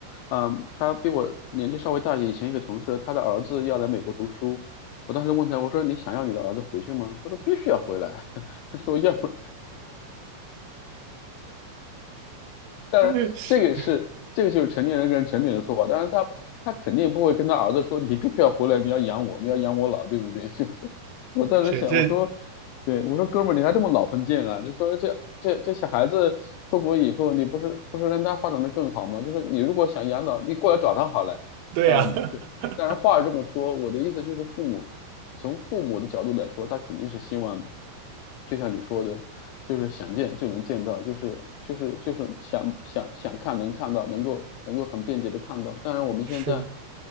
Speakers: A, on the left (about 85°); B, on the right (about 80°).
A: 嗯，他比我年纪稍微大一些，以前一个同事，他的儿子要来美国读书。我当时问他，我说你想要你的儿子回去吗？他说必须要回来。<laughs> 他说要不当然，
B: 嗯，是
A: 这个是这个就是成年人跟成年人说话。当然他，他肯定不会跟他儿子说：“你必须要回来，你要养我，你要养我老，对不对？” <laughs> 就是我当时想，
B: 是，这
A: 我说，对我说哥们儿，你还这么老封建啊？就说这这这小孩子出国以后，你不是不是让他发展的更好吗？就是你如果想养老，你过来找他好了。
B: 对呀、
A: 嗯，对。
B: <laughs>
A: 当然话这么说，我的意思就是父母，从父母的角度来说，他肯定是希望，就像你说的，就是想见就能见到，就是就是就是想想想看能看到，能够能够很便捷的看到。当然我们现在
B: 是，